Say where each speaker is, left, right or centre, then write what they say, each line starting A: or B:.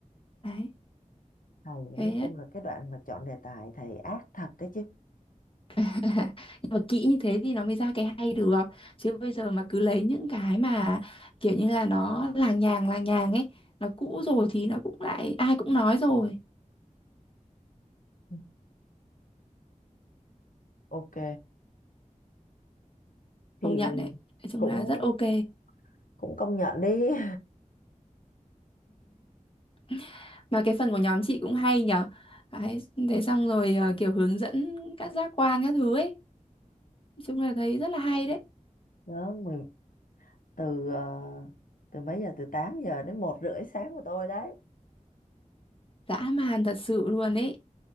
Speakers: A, on the left (about 40°); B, on the left (about 85°).
A: Đấy.
B: thầy
A: Thế
B: nói chung là cái đoạn mà chọn đề tài thầy ác thật đấy chứ
A: <laughs> nhưng mà kỹ như thế thì nó mới ra cái hay được chứ bây giờ mà cứ lấy những cái mà kiểu như là nó làng nhàng làng nhàng ấy nó cũ rồi thì nó cũng lại ai cũng nói rồi
B: Ừ. ok thì
A: công nhận đấy nói chung
B: cũng
A: là rất ok
B: cũng công nhận đi <laughs>
A: <laughs> Mà cái phần của nhóm chị cũng hay nhở. Đấy, thế xong rồi ờ, kiểu hướng dẫn các giác quan các thứ ấy. Nói chung là thấy rất là hay đấy.
B: đó mình từ ờ, từ mấy giờ từ 8 giờ đến một rưỡi sáng của tôi đấy
A: Dã man thật sự luôn ấy.